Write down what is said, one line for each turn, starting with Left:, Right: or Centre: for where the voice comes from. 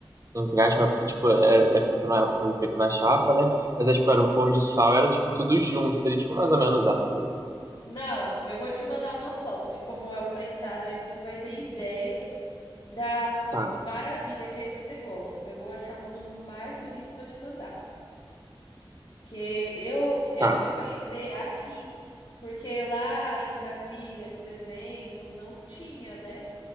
Right: entre aspas, né, porque tipo, é, é feito na, foi feito na chapa, né? Mas é, tipo,
Left: Uhum.
Right: era o pão de sal, era tipo tudo junto, seria tipo mais ou menos assim.
Left: Não, eu vou te mandar uma foto de como é o prensado, aí você vai ter ideia da
Right: Tá,
Left: maravilha que é esse negócio. Eu vou achar um dos mais bonitos e vou te mandar. Que eu, eu
Right: tá.
Left: fui conhecer aqui, porque lá em Brasília, por exemplo, não tinha, né,